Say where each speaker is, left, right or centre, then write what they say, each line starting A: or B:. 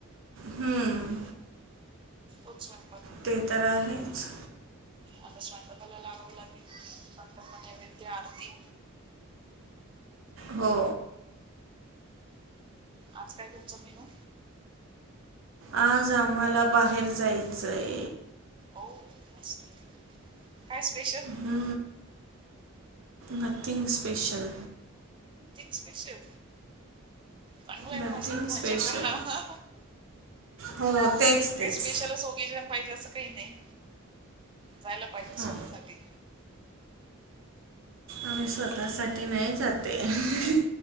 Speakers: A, on the right (about 65°); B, on the right (about 25°).
A: हम्म,
B: <unintelligible>
A: ते तर आहेच
B: आता स्वयंपाकाला लागावं लागतं नंतर मग नैवेद्य आणि आरती
A: हो
B: आज काय तुमचं मेनू
A: आज आम्हाला बाहेर जायचंय
B: हो मस्त काय स्पेशल
A: हु नथिंग स्पेशल
B: पेशल चांगलं आहे
A: नथिंग
B: मस्त
A: स्पेशल
B: मजा करा हं हा
A: हो तेच तेच
B: काही स्पेशलच ओकेजन पाहिजे असं काही नाही जायला पाहिजे
A: हां
B: स्वतःसाठी
A: आम्ही स्वतःसाठी नाही जातेय हं ह